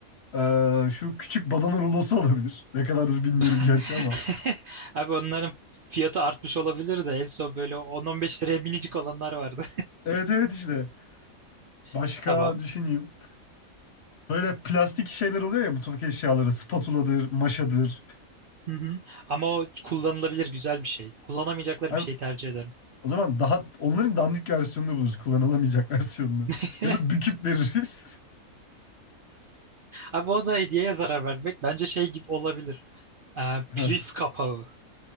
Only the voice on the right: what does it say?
<laughs>
Abi onların fiyatı artmış olabilir de en son böyle on on beş liraya minicik olanlar vardı.
<laughs>
Tamam.
Hı hı. Ama o kullanılabilir güzel bir şey. Kullanamayacakları
bir şey tercih ederim.
<laughs>
Abi o da hediyeye zarar vermek bence şey gibi olabilir. Ee,
priz
kapağı.